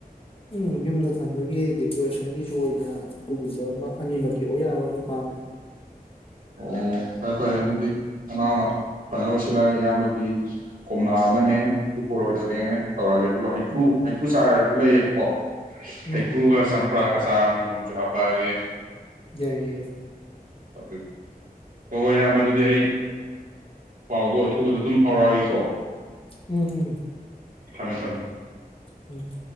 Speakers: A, on the left (about 35°); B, on the right (about 60°).
A: ꯎꯝ ꯌꯨꯝꯗ ꯊꯝꯕꯒꯤ ꯗꯦꯀꯣꯔꯦꯁꯟꯒꯤꯁꯨ ꯑꯣꯏꯅ ꯑꯗꯨꯒꯨꯝꯕ ꯑꯃ ꯑꯅꯤꯃꯛꯀꯤ ꯑꯣꯏ ꯌꯥꯕ ꯑꯃ ꯄꯥꯝꯃꯦ
B: ꯑꯣ ꯐꯔꯦ ꯐꯔꯦ ꯑꯗꯨꯗꯤ ꯅꯅꯥꯎꯅ ꯐꯅꯕ ꯁꯤꯜꯂꯛꯑꯒꯦ ꯏꯌꯥꯝꯕꯒꯤ ꯀꯣꯝꯂꯥ ꯑꯃꯅꯦ ꯍꯧꯖꯤꯛꯇꯤ ꯕꯣꯔꯣꯏꯗꯨꯅꯦ ꯇꯧꯔꯒꯦ ꯑꯗꯨꯒ ꯍꯩꯀꯨ
A: ꯎꯝ
B: ꯍꯩꯀꯨ ꯆꯥꯔ ꯂꯩꯌꯦꯕꯀꯣ
A: ꯎꯝ
B: ꯍꯩꯀ꯭ꯔꯨꯒ ꯆꯥꯝ ꯄ꯭ꯔꯥ ꯒ ꯆꯥꯔ ꯑꯃ ꯃꯟꯖꯨ ꯍꯥꯄꯛꯑꯒꯦ
A: ꯌꯥꯏꯌꯦ ꯃꯥꯏꯌꯦ
B: <unintelligible> ꯍꯣꯏ ꯍꯣꯏ ꯏꯌꯥꯝꯕ ꯑꯗꯨꯗꯤ ꯑꯩ ꯄꯥꯎꯗꯣ ꯑꯊꯨꯕꯗ ꯑꯗꯨꯝ ꯐꯧꯔꯛꯑꯒꯦꯀꯣ
A: ꯎꯝ ꯎꯝ
B: ꯊꯝꯃꯦ ꯊꯝꯃꯦ
A: ꯎꯝ